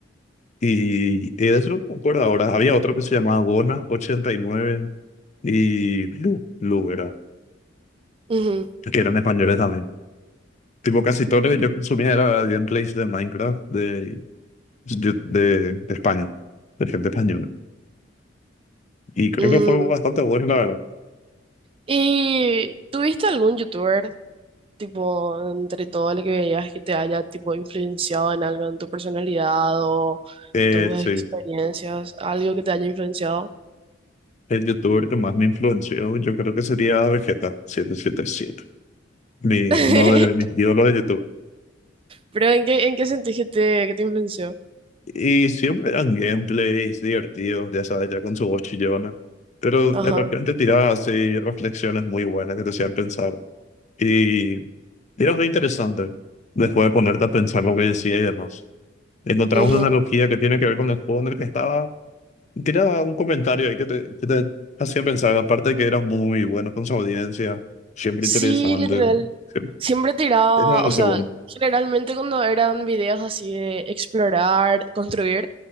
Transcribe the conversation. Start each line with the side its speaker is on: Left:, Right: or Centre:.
Left: Y, y de eso no me acuerdo ahora. Había otro que se llamaba Bona ochenta y nueve y Lu, Lu era,
Right: Ujú.
Left: que eran españoles también. Tipo, casi todo lo que yo consumía era gameplays de Minecraft de, de, de- de España, de gente española. Y creo
Right: Mm.
Left: que fue bastante bueno, la verdad.
Right: ¿Y tuviste algún youtuber, tipo, entre todo lo que veías que te haya, tipo, influenciado en algo, en tu personalidad o
Left: Eh,
Right: tus
Left: sí,
Right: experiencias, algo que te haya influenciado?
Left: el youtuber que más me influenció, yo creo que sería Vegeta setecientos setenta y siete mi,
Right: <laughs>
Left: uno de mis ídolos de YouTube.
Right: Pero ¿en qué, en qué sentís que te, que te influenció?
Left: Y siempre eran gameplays divertidos, ya sabes, ya con su voz chillona. Pero
Right: Ajá.
Left: de repente tiraba así reflexiones muy buenas que te hacían pensar. Y era muy interesante después de ponerte a pensar lo que decía y demás. Encontramos
Right: ujú.
Left: una analogía que tiene que ver con el juego en el que estaba. Tiraba un comentario ahí que te, que te hacía pensar. Aparte de que era muy bueno con su audiencia, siempre
Right: Sí,
Left: interesante.
Right: literal.
Left: Sí,
Right: Siempre tiraba,
Left: Era demasiado
Right: o sea,
Left: bueno.
Right: generalmente cuando eran videos así de explorar, construir,